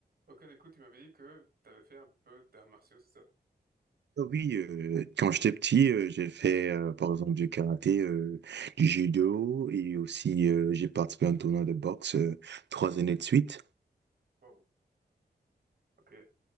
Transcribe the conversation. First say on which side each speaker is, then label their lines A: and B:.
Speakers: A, on the right; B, on the right.
A: Ok, du coup, tu m'avais dit que tu avais fait un peu d'arts martiaux, c'est ça?
B: Euh, Oui, euh, quand j'étais petit, euh, j'ai fait euh, par exemple du karaté, euh, du judo et aussi euh, j'ai participé à un tournoi de boxe euh, trois années de suite.
A: Wow, ok.